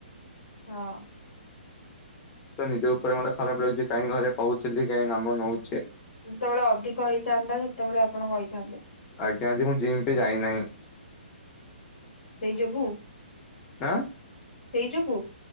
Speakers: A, on the left; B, on the left.
A: ହଁ।
B: ତ ନିଜ ଉପରେ ମତେ ଖରାପ ଲାଗୁଛି କାଇହିଁ ଘରେ କହୁଥିଲି କାହିଁ ନାମ ନଉ
A: ଯେତେବେଳେ ଅଧିକ ହେଇଥାନ୍ତା ସେତେବେଳେ ଆପଣ କହିଥାନ୍ତେ।
B: ଆଜ୍ଞା ଆଜି ମୁଁ ଜିମ୍ ପି ଯାଇନାହିଁ।
A: <unintelligible>
B: ଆଁ?
A: ସେଇ ଯୋଗୁ?